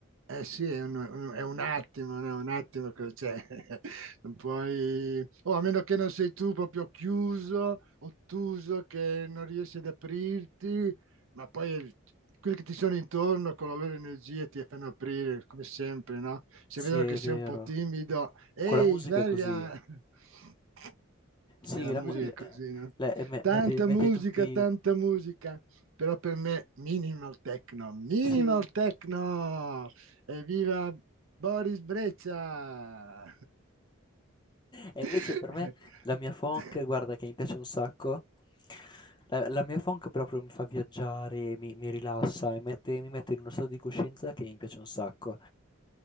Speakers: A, on the right; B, on the left.
A: eh sì, è un un è un attimo, no, un attimo che cioè, <laughs> non puoi o a meno che non sei tu proprio chiuso, ottuso, che non riesci ad aprirti, ma poi il- quelli che ti sono intorno con la loro energia ti fanno aprire, come sempre, no? Se
B: Sì,
A: vedono
B: è
A: che sei
B: vero.
A: un po' timido, ehi,
B: Con la musica
A: sveglia!
B: è così.
A: <laughs>
B: Sì,
A: E la
B: la
A: musica
B: mu l ehm,
A: è così, no?
B: le me
A: Tanta
B: mette mette
A: musica,
B: tutti
A: tanta musica, però per me minimal techno, minimal
B: sì.
A: techno! Evviva Boris Breccia!
B: E
A: <laughs>
B: invece per me la mia funk, guarda che mi piace un sacco. La, la mia funk proprio mi fa viaggiare, mi, mi rilassa e mette- mi mette in uno stato di coscienza che mi piace un sacco.